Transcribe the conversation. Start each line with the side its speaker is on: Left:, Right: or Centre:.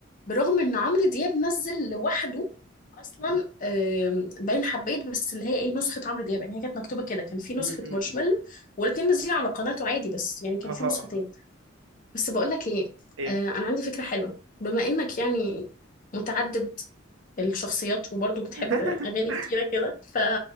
Left: برغم ان عمرو دياب نزل لوحده اصلا
Right: مم.
Left: آم، باين حبيت بس اللي هي ايه نسخه عمرو دياب يعني هي كانت مكتوبه كده كان في نسخه
Right: مم. مم.
Left: مارشميلو والاتنين نازلين على قناته عادي بس يعني كان
Right: اها
Left: في نسختين
Right: اها
Left: بس بقول لك ايه
Right: ايه
Left: آه، انا عندي فكره حلوه بما انك يعني متعدد الشخصيات وبرضه بتحب
Right: <laughs>
Left: اغاني كتيره كده ف